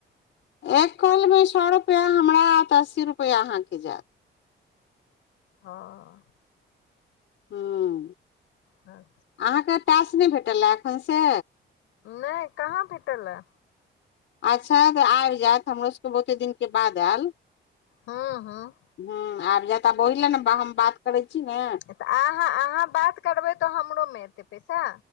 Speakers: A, on the left; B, on the left.
A: एक कलमे सए रुपैआ हमरा आत अस्सी रुपैआ अहाँके जायत
B: हँ।
A: हँ।
B: हँ।
A: अहाँके टास्क नहि भेटल है, एखन से।
B: नहि कहाँ भेटैलए।
A: अच्छा तऽ आबि जायत हमरो सभके बहुते दिनके बाद आयल।
B: हँ, हँ।
A: ह, आब जता बोहिलेने हम बात करे छै न
B: अहाँ, अहाँ, बात करबै त हमरोमे एतै पैसा